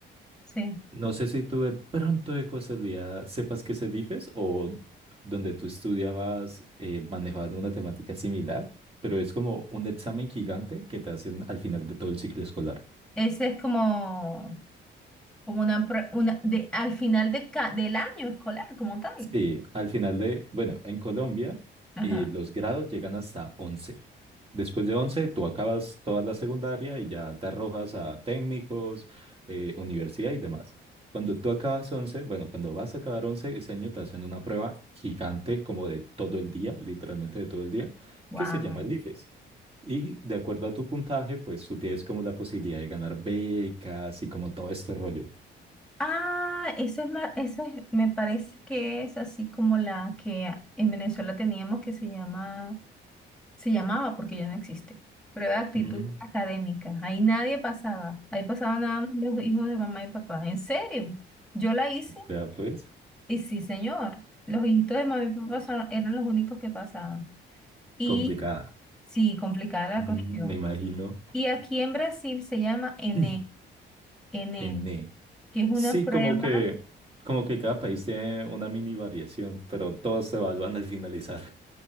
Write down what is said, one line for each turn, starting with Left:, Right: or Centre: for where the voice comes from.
Centre: Sí.
Right: No sé si tú de pronto de casualidad sepas qué es el IFES o donde tú estudiabas eh, manejaban una temática similar, pero es como un examen gigante que te hacen al final de todo el ciclo escolar.
Centre: Ese es como, como una, prue- una de, al final de ca- del año escolar como tal.
Right: Sí, al final de, bueno, en Colombia
Centre: Ajá.
Right: eh, los grados llegan hasta 11. Después de 11, tú acabas toda la secundaria y ya te arrojas a técnicos, eh, universidad y demás. Cuando tú acabas 11, bueno, cuando vas a acabar once ese año te hacen una prueba gigante como de todo el día, literalmente de todo el día,
Centre: Wow.
Right: que se llama el IFES. Y de acuerdo a tu puntaje, pues tú tienes como la posibilidad de ganar becas y como todo este rollo.
Centre: Ah, ese es más, ese es- me parece que es así como la que en Venezuela teníamos que se llama, se llamaba porque ya no existe. Prueba de actitud
Right: Mm,
Centre: académica. Ahí nadie pasaba. Ahí pasaban nada más los hijos de mamá y papá. ¿En serio? Yo la hice
Right: ya pues,
Centre: y sí, señor. Los hijitos de mamá y papá son- eran los únicos que pasaban. Y
Right: complicada.
Centre: sí, complicada
Right: Mm,
Centre: la cuestión.
Right: me imagino.
Centre: Y aquí en Brasil se llama ENEM,
Right: <clears throat>
Centre: ENEM,
Right: En E.
Centre: que es una
Right: Sí,
Centre: prueba.
Right: como que, como que cada país tiene una mini variación, pero todos se evalúan al finalizar.